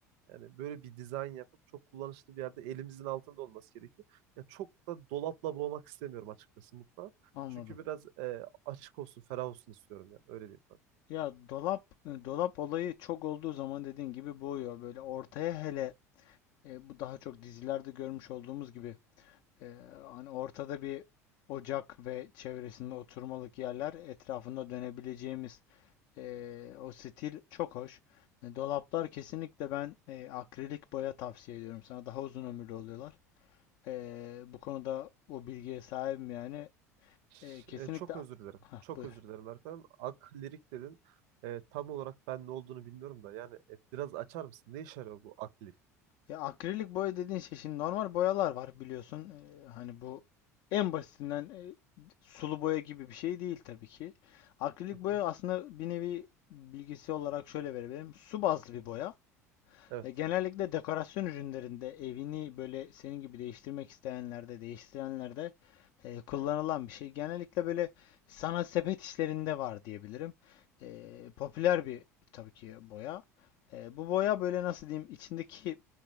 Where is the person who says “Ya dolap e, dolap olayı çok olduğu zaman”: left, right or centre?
Left